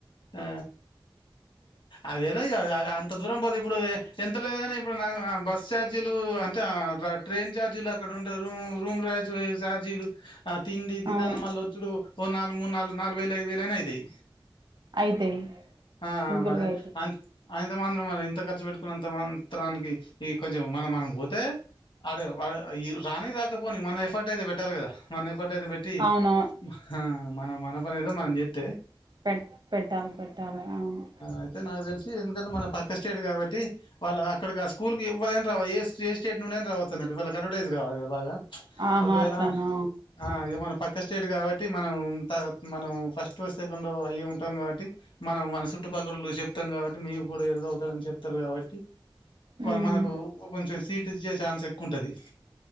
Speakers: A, on the left; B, on the right.
A: ఆ అదేదో అంత దూరం పోతే ఇప్పుడు ఎంత లేదన్నా ఇప్పుడు నా బస్ ఛార్జీలు అంటే ట్రైన్ ఛార్జీలు అక్కడ ఉండే రూమ్ రూమ్ <unintelligible> కయే ఛార్జీలు ఆ తిండి ఇది
B: అవును
A: కానీ మళ్ళ వచ్చుడు ఓ నాలు మూడు నాలుగు నాలుగు వేలు ఐదు వేలనా అయితేయి
B: అయితాయి
A: ఆ
B: సింపుల్గా
A: మరే
B: అయితాయి
A: అం అయిందు <unintelligible> మరి ఎంత ఖర్చు పెట్టుకున్నంత మాత్రనికి ఇ కొంచెం మనం మనం పోతే ఆడ <unintelligible> రానీ రాకపోని మనే పట్ అయితే బ పెట్టాలి కదా మన పట్ అయితే పెట్టి
B: అవును
A: ఆ మనం మన పని ఏదో మనం చే అ
B: పెట్ పెట్టాలి పెట్టాలి అవును
A: అయితే నా ఎందుకంటే మన పక్క స్టేట్ కాబట్టి వాళ్ళ అక్కడ ఆ స్కూల్కి ఎవ్వైనా రా ఏ స్టేట్ నునా రావతున్నట్టు వాళ్ళక్కడ కావాలి బాగా
B: ఆహా
A: ఒకవేళ
B: అట్లానా
A: ఆ ఇ మన పక్క స్టేట్ కాబట్టి టి మనం మనం ఫస్ట్ సెకండ్ అయ ఉంటాం కాబట్టి మనం మన చుట్టుపక్కలలు చెప్తాం కాబట్టి మ కూడా ఎడుదవుతాడని చెప్తారు కాబట్టి
B: ఉమ్
A: వాళు మనకు కొంచెం సీట్ ఇజ్జే ఛాన్స్ ఎక్కుంటది